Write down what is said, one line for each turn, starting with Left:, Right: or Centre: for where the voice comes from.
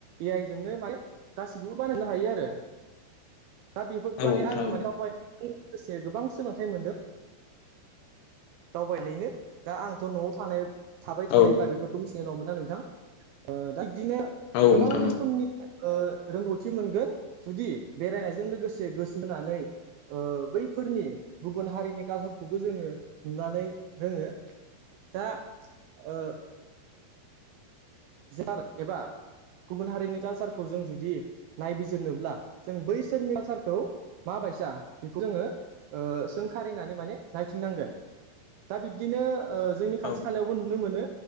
Right: ए आइ जोंनो माने गासिखौबो बानायनो हायो आरो। दा बेफोरखौ
Left: औ
Right: माने
Left: नोंथां
Right: आङो माने दावबायनायजों लोगोसे गोबां सोलोंथाइ मोनदों। दावबायनानैनो दा आंथ' न'आव थानाय थाबाय थानायब्ला
Left: औ नोंथां औ नोंथां औ
Right: बेफोर खौ मिथिनाय नङामोन ना नोंथां ओ दा बिबदिनो
Left: औ
Right: गोबां
Left: नोंथां औ नोंथां
Right: रोखोमनि ओ रोंगौथि मोनगोन जुदि बेरायनायजों लोगोसे गोसो होनानै ओ बैफोरनि गुबुन हारिनि कालसारखौबो जोङो नुनानै रोङो दा ओ ज सार एबा गुबुन हारिनि कालसारखौ जों जुदि नायबिजिरनोब्ला जों बैसोरनि कालसारखौ मा बायसा बेखौ जोङो ओ सोंखारिनानै माने नायथिंनांगोन। दा बिब्दिनो ओ जोंनि
Left: औ
Right: खाथि खालायावबो नुनो मोनो